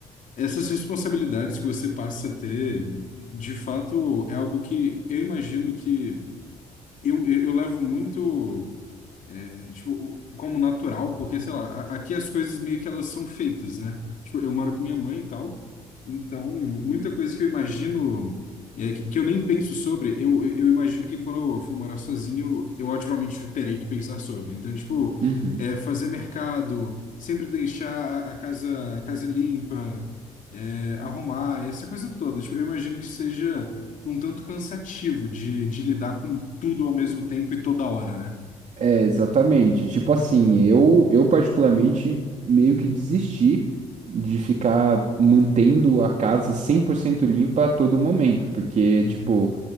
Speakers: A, on the left; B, on the right.
A: essas responsabilidades que você passa a ter, de fato, é algo que eu imagino que eu, eu, eu levo muito. Tipo, como natural, porque, sei lá, a- aqui as coisas meio que elas são feitas, né? Tipo, eu moro com minha mãe e tal, então muita coisa que eu imagino, é, que que eu nem penso sobre, eu, eu eu imagino que quando eu for morar sozinho, eu ativamente terei que pensar sobre. Então, tipo,
B: Uhum.
A: é, fazer mercado, sempre deixar a, a casa, a casa limpa, é, arrumar, essa coisa toda. Tipo, eu imagino que seja um tanto cansativo de, de lidar com tudo ao mesmo tempo e toda hora, né?
B: É, exatamente. Tipo assim, eu, eu particularmente meio que desisti de ficar mantendo a casa 100% limpa a todo momento, porque,
A: Uhum.
B: tipo,